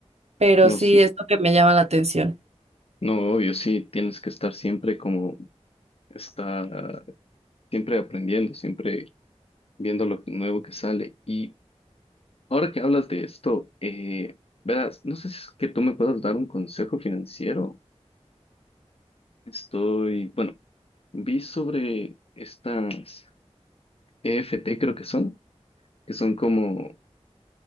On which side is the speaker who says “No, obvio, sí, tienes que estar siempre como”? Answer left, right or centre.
Left